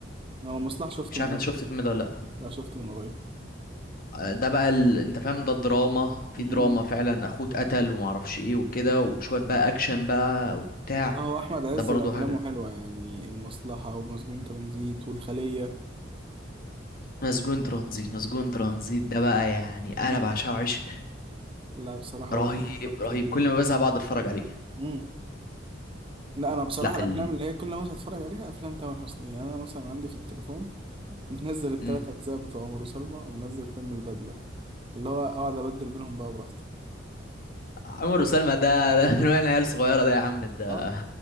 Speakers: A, on the right; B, on the left.
A: انا المصلح شفته
B: مش
A: من
B: عارف أنت
A: قريب
B: شفت الفيلم ده ولا لأ
A: لا شفته من قريب
B: ده بقى ال... انت فاهم ده الدراما في
A: امم
B: دراما فعلا اخوه اتقتل ومعرفش ايه وكده وشوية بقى اكشن بقى وبتاع
A: لا هو احمد عز
B: ده برضو
A: افلامه
B: حاجة
A: حلوه يعني المصلحه ومسجون ترانزيت والخليه
B: مسجون ترانزيت مسجون ترانزيت ده بقى يعني انا
A: امم
B: بعشقه عشق
A: لا بصراحه
B: رهيب
A: هو فيلم كويس
B: رهيب
A: جدا
B: كل ما بزهق بقعد اتفرج عليه
A: امم لا انا بصراحه
B: لا
A: الافلام
B: ال...
A: اللي هي كل ما اتفرج عليها افلام تامر حسني يعني انا مثلا عندي في التليفون منزل التلات
B: مم.
A: اجزاء بتوع عمر وسلمى ومنزل فيلم البدله اللي هو اقعد ابدل بينهم بقى براحتي
B: عمر وسلمى ده ده من واحنا عيال صغيرة ده يا عم ده
A: اه